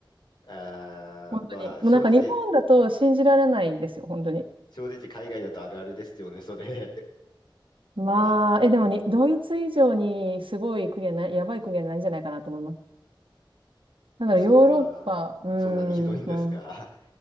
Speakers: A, on the left; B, on the right.
A: あー、
B: 本当に。
A: まあ、
B: もうなんか日本だと信じられないんですよ、
A: 正直、
B: 本当に。
A: 正直、海外だとあるあるですよね、それ。
B: まあ、
A: <laughs> ま
B: え、でもに、ドイツ以上にすごい国はない、やばい国はないんじゃないかなと思います。なんだろう、
A: あ、そう、
B: ヨーロッパ、
A: まあ、
B: うーん、
A: そんなにひどいんですか。
B: まあ、